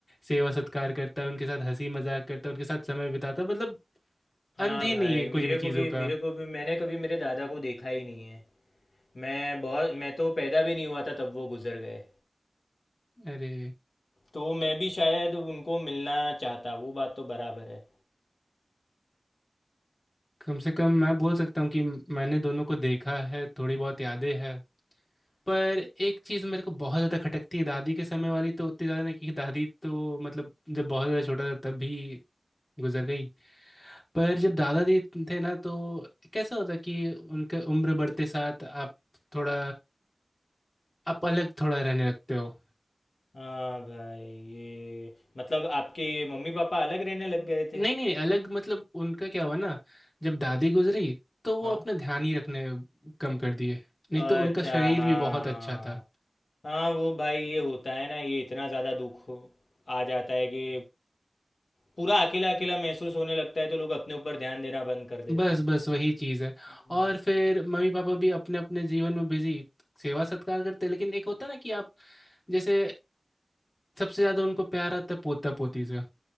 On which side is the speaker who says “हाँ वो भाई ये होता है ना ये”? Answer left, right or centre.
Left